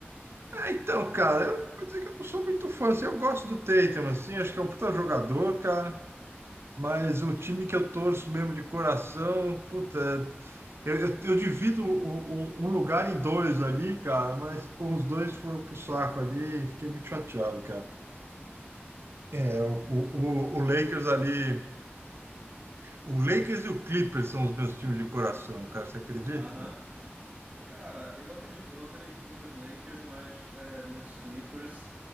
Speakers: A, on the right; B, on the right.
A: É, então, cara, eu vou dizer que eu não sou muito fã, assim, eu gosto do Tatum, assim, acho que é um puta jogador, cara, mas o time que eu torço mesmo de coração, puta, eu, eu, eu divido o- o- um lugar em dois ali, cara, mas, pô, os dois foram pro saco ali, fiquei muito chateado, É, o, o, o Lakers ali. O Lakers e o Clippers são os meus times de coração, cara. Você acredita,
B: Aham.
A: mano?
B: Cara, eu acredito, eu acredito nos Lakers, mas é, nos Clippers